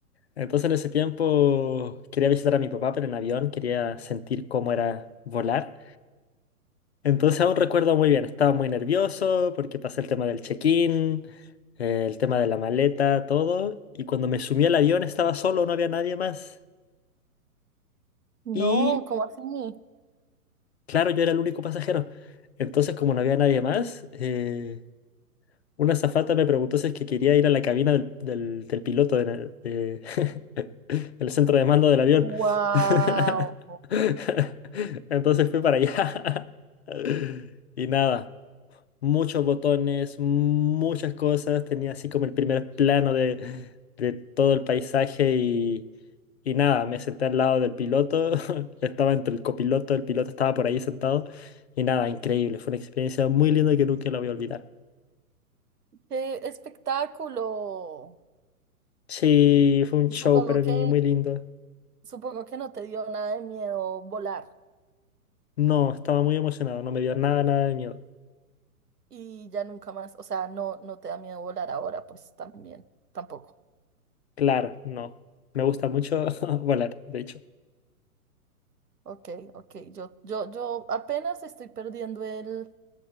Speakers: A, on the left; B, on the right.
A: Entonces en ese tiempo quería visitar a mi papá, pero en avión quería sentir cómo era volar. Entonces aún recuerdo muy bien, estaba muy nervioso porque pasé el tema del check-in, eh, el tema de la maleta, todo. Y cuando me sumí al avión estaba solo, no había nadie más.
B: No,
A: Y
B: ¿cómo así?
A: Claro, yo era el único pasajero. Entonces, como no había nadie más, eh, una azafata me preguntó si es que quería ir a la cabina del, del- del piloto de la- de- <laughs> el centro de mando del avión.
B: Wow,
A: <laughs> Entonces fui para allá. <laughs> Y nada muchos botones, muchas cosas. Tenía así como el primer plano de, de todo el paisaje y, y nada, me senté al lado del piloto. <laughs> Estaba entre el copiloto, el piloto estaba por ahí sentado. Y nada, increíble. Fue una experiencia muy linda que nunca la voy a olvidar.
B: qué espectáculo.
A: Sí, fue un show
B: Supongo
A: para
B: que,
A: mí muy lindo.
B: supongo que no te dio nada de miedo volar
A: No, estaba muy emocionado, no me dio nada, nada de miedo.
B: y ya nunca más, o sea, no, no te da miedo volar ahora, pues también, tampoco.
A: Claro, no. Me gusta mucho <laughs> volar, de hecho.
B: Ok, ok, yo, yo, yo apenas estoy perdiendo el,